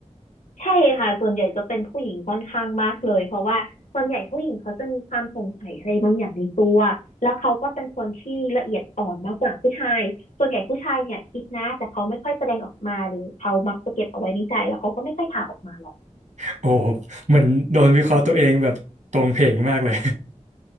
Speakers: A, on the left; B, on the right.
A: ใช่ค่ะส่วนใหญ่จะเป็นผู้หญิงค่อนข้างมากเลยเพราะว่าส่วนใหญ่ผู้หญิงเขาจะมีความสงสัยอะไรบางอย่างในตัวแล้วเขาก็เป็นคนที่ละเอียดอ่อนมากกว่าผู้ชายส่วนใหญ่ผู้ชายเนี่ยคิดนะแต่เขาไม่ค่อยแสดงออกมาหรือเขามักจะเก็บเอาไว้ในใจแล้วเขาก็ไม่ค่อยถามออกมาหรอก
B: โอ้โหเหมือนโดนวิเคราะห์ตัวเองแบบตรงเพลงมากเลย